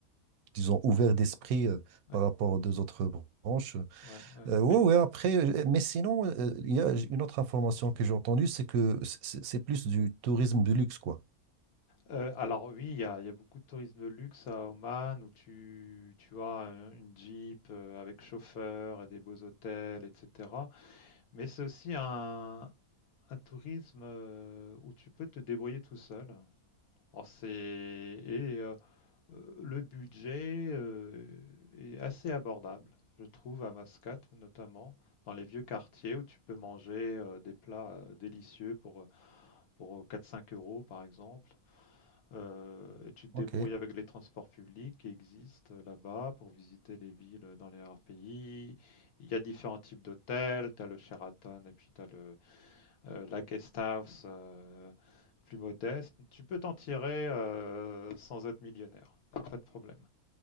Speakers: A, on the right; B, on the left.
A: disons, ouvert d'esprit euh,
B: Ouais,
A: par rapport aux deux autres branches.
B: ouais, ouais.
A: Euh, ouais,
B: Bah,
A: ouais, après, euh, mais sinon, euh, il y a une autre information que j'ai entendue, c'est que c'est c'est plus du tourisme de luxe, quoi.
B: Euh, alors oui, il y a, il y a beaucoup de tourisme de luxe à Oman où tu, tu as un- une Jeep euh, avec chauffeur et des beaux hôtels, etc. Mais c'est aussi un, un tourisme euh, où tu peux te débrouiller tout seul. Alors, c'est, et euh, euh, le budget euh, est assez abordable, je trouve, à Mascate notamment, dans les vieux quartiers où tu peux manger euh, des plats euh, délicieux pour, pour 4-5 euros par exemple. Euh, et tu te débrouilles
A: Ok.
B: avec les transports publics qui existent euh, là-bas pour visiter les villes dans les RPI. Il y a différents types d'hôtels. Tu as le Sheraton et puis tu as le, euh, la guest house euh, plus modeste. Tu peux t'en tirer euh, sans être millionnaire. Pas de problème.